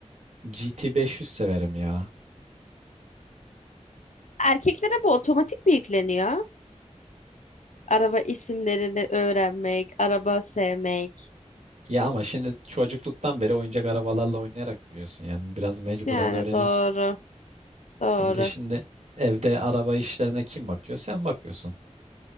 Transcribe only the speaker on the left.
Erkeklere bu otomatik mi yükleniyor? Araba isimlerini öğrenmek, araba sevmek.
Yani
doğru, doğru.